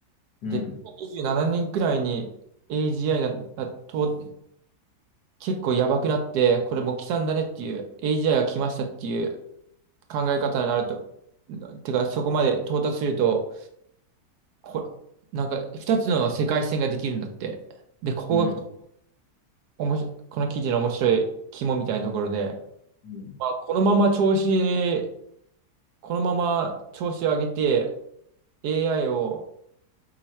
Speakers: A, on the left (about 70°); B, on the right (about 70°).
A: うん。
B: で、27年くらいに AGI が、あと、結構やばくなって、これもう刻んだねっていう、AGI が来ましたっていう考え方になると、てか、そこまで到達すると、こ、なんか、二つの世界線ができるんだって。で、ここが
A: うん。
B: おもし、この記事の面白い肝みたいなところで、
A: うん。
B: まあ、このまま調子、このまま調子を上げて AI を